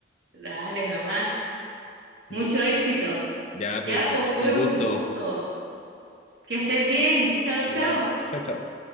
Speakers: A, on the right; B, on the left.
A: Dale nomás.
B: Mm.
A: Mucho éxito.
B: Ya, pues
A: Ya, pues fue
B: un gusto.
A: un gusto. Que estés bien. Chao,
B: Igual,
A: chao.
B: chao, chao.